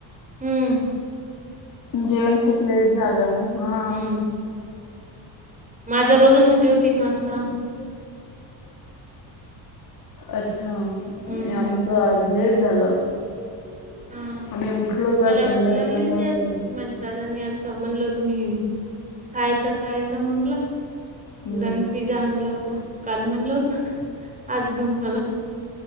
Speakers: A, on the right; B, on the left.
A: हम्म
B: जेवण खूप लेट झालं हा
A: हं. माझा रोजच तेव तीन वाजता
B: अच्छा
A: हं.
B: आम आज लेट झालं
A: हां.
B: आम्ही उठलोच
A: मला
B: आज संडे
A: भूक लागली
B: असल्यामुळे
A: होती आज. माझ्या दादा न म्हणलं तुम्ही खायच खायचं म्हणलं
B: हम्म.
A: पिझ्झा आणला होत काल म्हणल होत आज घेऊन आला.